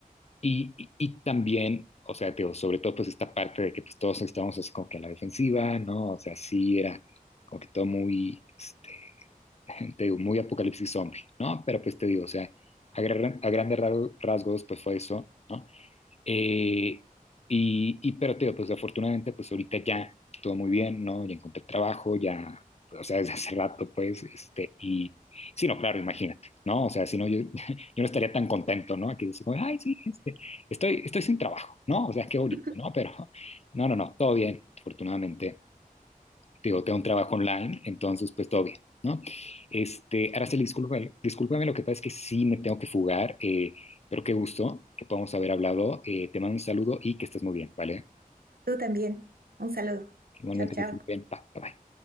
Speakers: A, on the left; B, on the right.
A: y, y, y también, o sea, te digo, sobre todo pues esta parte de que pues todos estábamos así como que a la defensiva, ¿no? O sea, sí era como que todo muy, este, <laughs> te digo, muy apocalipsis zombie, ¿no? Pero pues te digo, o sea, a, gran- a grandes ra- rasgos pues fue eso, ¿no? Eh, y, y, pero te digo, pues afortunadamente, pues ahorita ya todo muy bien, ¿no? Ya encontré trabajo, ya, o sea, desde hace rato, pues, este, y sí, no, claro, imagínate, ¿no? O sea, si no, yo, <laughs> yo no estaría tan contento, ¿no? Aquí dice, como, ay, sí, este, estoy, estoy sin trabajo, ¿no? O sea, qué bonito,
B: <laughs>
A: ¿no? Pero, no, no, no, todo bien, afortunadamente digo, tengo un trabajo online, entonces pues todo bien, ¿no? Este, Araceli, discúlpame, discúlpame, lo que pasa es que sí me tengo que fugar, eh, pero qué gusto que podamos haber hablado. Eh, te mando un saludo y que estés muy bien, ¿vale?
B: tú también. Un saludo.
A: Igualmente
B: Chao, chao.
A: que estés muy bien. Bye, bye.